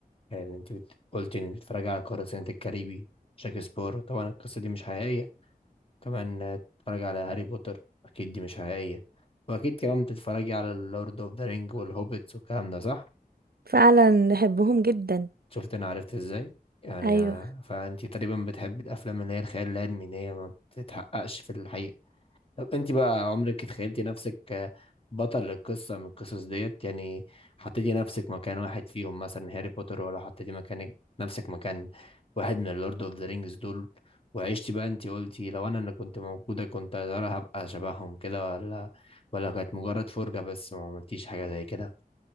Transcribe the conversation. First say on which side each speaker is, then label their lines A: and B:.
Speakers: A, on the left; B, on the right.
A: يعني انت بت... قلت انك بتتفرج على قراصنة الكاريبي شكسبير طبعا القصة دي مش حقيقية كمان آه، بتتفرج على هاري بوتر اكيد دي مش حقيقية واكيد كمان بتتفرجي على اللورد اوف ذا رينج والهوبيتس والكلام ده صح
B: فعلا بحبهم جدا
A: شفت انا عرفت ازاي يعني
B: ايوه
A: آه، فانت تقريبا بتحبي الافلام اللي هي الخيال العلمي اللي هي ما بتتحققش في الحقيقة طب انت بقى عمرك اتخيلتي نفسك آه، بطل القصة من القصص ديت يعني حطيتي نفسك مكان واحد فيهم مثلا هاري بوتر ولا حطيتي مكانك نفسك مكان واحد من اللورد اوف ذا رينجز دول وعشتي بقى انت قلتي لو انا اللي كنت موجودة كنت يا ترى هبقى شبههم كده ولا ولا كانت مجرد فرجة بس ما عملتيش حاجة زي كده